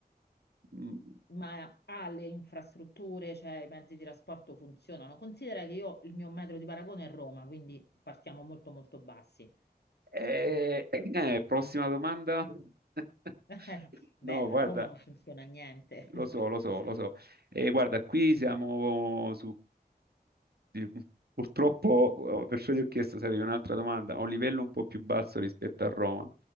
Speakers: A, on the right; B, on the left.
A: Mm,
B: Ma ha le infrastrutture, cioè i mezzi di trasporto funzionano. Considera che io il mio metro di paragone è Roma, quindi partiamo molto molto bassi.
A: eh, eh, prossima domanda. <laughs>
B: <laughs> Beh,
A: No,
B: a
A: guarda,
B: Roma non funziona niente,
A: lo
B: <laughs>
A: so, lo
B: diciamo.
A: so, lo so. Eh, guarda,
B: Eh.
A: qui siamo su... di- Purtroppo, eh, perciò gli ho chiesto se avevi un'altra domanda, a un livello un po' più basso rispetto a Roma.